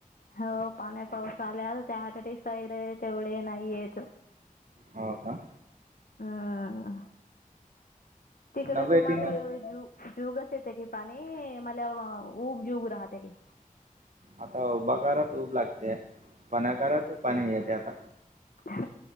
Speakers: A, on the left; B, on the right.
A: हो पाणी पाऊस आल्या त्या हट सैर आहे तेवढे नाहीयेत.
B: हो का
A: हम् तिकड
B: नव्हे
A: तुम्हाकड
B: तीन
A: जु जुग त की पाणी मला उबजीब राहते की.
B: आता उभा कत उऊब लागते, पाण्याकारात पाणी येते आता.
A: ह